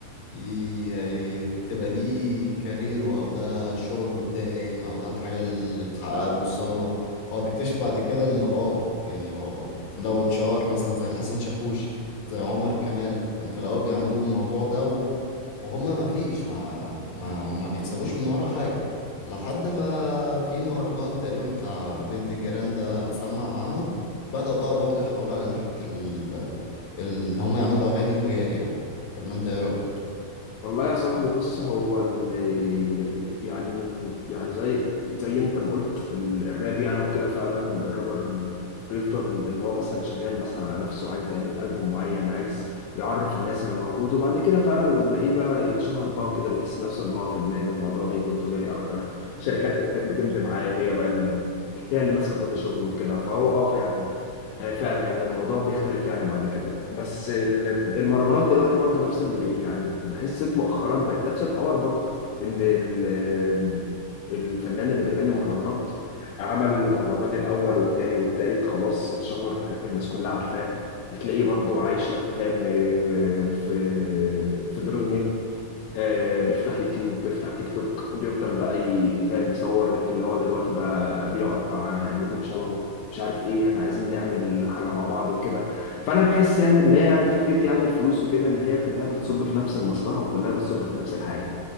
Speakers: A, on the left; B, on the left.
A: ي- ي- بتبقى دي كاريره او ده شغله الدائم او ده الحاجة اللي اتحقق له الثروة هو بيكتشف بعد كده ان اه يعني هو لو اتشهر مثلا زي حسن شاكوش زي عمر كمال كان في الاول بيعملوا الموضوع ده و... وهما ما فيش ما ما ما بيكسبوش من ورا حاجة لحد ما في مهرجان تقريبا بتاع بنت الجيران ده سمع معاهم بدأوا بقى برضه يحاولوا على ناحية ال... ال... ان هما يعملوا اغاني تجاري يعني ولا انت ايه رأيك
B: والله يا صاحبي بص هو ال- يعني يعني زي زي انت ما قلت ال- الراب يعني وكده فعلا الرابر بيفضل اللي هو مثلا شغال مثلا على نفسه عايز يعمل ألبوم معين عايز يعرف الناس انا موجود وبعد كده فعلا لما ايه بقى يتشهر بقى وكده بيحس نفسه ان هو فنان الموضوع بيكون تجاري اكتر شركات انتاج بتمضي معاه هي بقى اللي هي اللي ماسكه كل شغله وكده فهو اه يعني آه، فعلا يعني الموضوع بيختلف يعني بعد كده بس المهرجانات دلوقتي برضو نفس ال... يعني انت بحس مؤخرا بقت نفس الحوار برضو ان ال... الفنان اللي بيغني مهرجانات عمل مهرجان الاول والتاني والتالت خلاص اتشهر الناس كلها عارفاه هتلاقيه برضو عايش لك فاهم آه، في في دور النجم آه، بيفتح يوتيوب بيفتح تيك توك بيفضل بقى ي- فاهم يصور اللي هو دلوقتي بقى بيقعد مع نجوم شبهه مش عارف ايه احنا عايزين نعمل حاجة مع بعض وكده فانا بحس يعني اللي هي يعني فكرة يعني الفلوس وكده اللي هي كلها بتصب في نفس المصلحة وكلها بتصب في نفس الحاجة